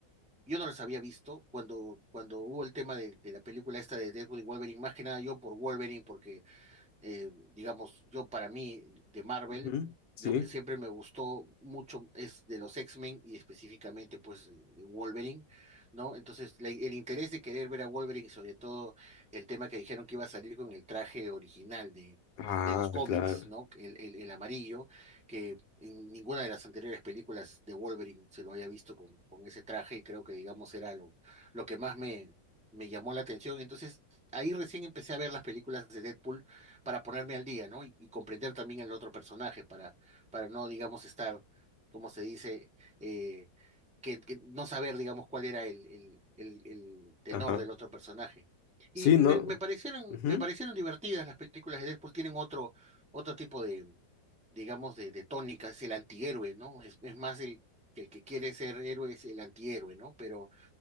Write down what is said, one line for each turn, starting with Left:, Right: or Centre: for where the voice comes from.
Centre: Yo no los había visto cuando, cuando hubo el tema de, de la película esta de Deadpool y Wolverine, más que nada yo por Wolverine, porque eh, digamos, yo para mí de Marvel,
Left: Ujú, Sí.
Centre: lo que siempre me gustó mucho es de los X-Men y específicamente pues de Wolverine, ¿no? Entonces la- el interés de querer ver a Wolverine y sobre todo el tema que dijeron que iba a salir con el traje original de,
Left: Ah,
Centre: de los cómics,
Left: claro.
Centre: ¿no? El, el, el amarillo, que en ninguna de las anteriores películas de Wolverine se lo haya visto con, con ese traje y creo que digamos era lo, lo que más me... me llamó la atención, entonces ahí recién empecé a ver las películas de Deadpool para ponerme al día, ¿no? Y, y comprender también el otro personaje, para, para no, digamos, estar, como se dice, eh, que, que no saber, digamos, cuál era el, el, el, el tenor
Left: Ajá.
Centre: del otro personaje.
Left: Sí,
Centre: Y me,
Left: ¿no?
Centre: me parecieron,
Left: Ujú.
Centre: me parecieron divertidas las películas de Deadpool, tienen otro, otro tipo de, digamos, de, de tónica, es el antihéroe, ¿no? Es, es más el, que el que quiere ser héroe es el antihéroe, ¿no? Pero